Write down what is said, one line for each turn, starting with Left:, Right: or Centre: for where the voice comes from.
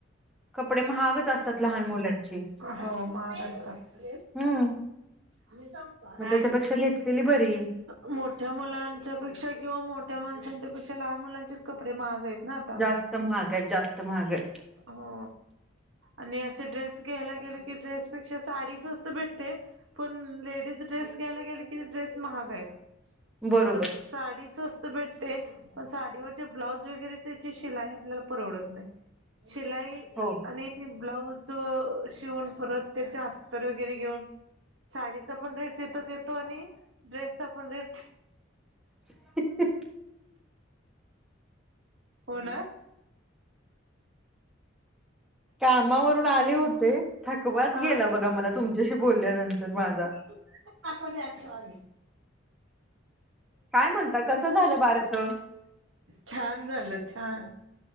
Centre: कपडे महागच असतात लहान मुलांची.
Right: हो महाग असतात.
Centre: हम्म
Right: मी सांगु का!
Centre: मग त्याच्यापेक्षा घेतलेली बरी.
Right: मोठ्या मुलांच्या पेक्षा किंवा मोठ्या माणसांच्या पेक्षा लहान मुलांचेच कपडे महाग आहेत. ना आता
Centre: जास्त महाग हाय जास्त महाग आहे.
Right: हो! आणि असे ड्रेस घ्यायला गेले की ड्रेस पेक्षा साडी स्वस्त वास्त भेटते. पण लेडीज ड्रेस घ्यायला गेले की ड्रेस महागा आहेत.
Centre: बरोबर!
Right: पण साडी स्वस्त भेटते पण साडीवरचे ब्लाऊज वगैरे त्याची शिलाई आपल्याला परवडत नाही. शिलाई
Centre: हो.
Right: आणि ब्लाऊज शिवून परत त्याचे अस्तर वगैरे घेऊन साडीचा पण रेट तिथच येतो आणि ड्रेसचा पण रेट
Centre: <unintelligible>
Right: हो ना?
Centre: कामावरून आले होते, थकवात
Right: हा
Centre: गेला बघा मला तुमच्याशी बोलल्यानंतर माझा.
Right: <unintelligible>
Centre: काय म्हणता कसं झालं बारसं
Right: छान झालं छान!